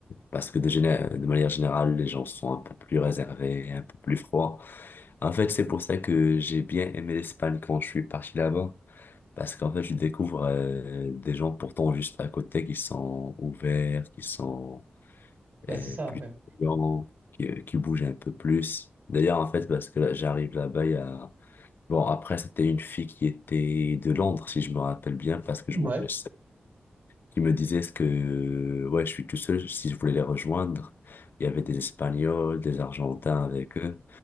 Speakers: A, on the left; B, on the right.
A: Parce que de, géné- de manière générale, les gens sont un peu plus réservés, un peu plus froids. En fait, c'est pour ça que j'ai bien aimé l'Espagne quand je suis parti là-bas. Parce qu'en fait, je découvre euh, des gens pourtant juste à côté qui sont ouverts, qui sont
B: Bah
A: euh,
B: c'est ça,
A: plus
B: ouais.
A: souriants, qui, qui bougent un peu plus. D'ailleurs, en fait, parce que là, j'arrive là-bas, il y a... Bon, après, c'était une fille qui était de Londres, si je me rappelle bien, parce que
B: Ouais.
A: je m'en vais qui me disaient ce que ouais, je suis tout seul, si je voulais les rejoindre. Il y avait des Espagnols, des Argentins avec eux.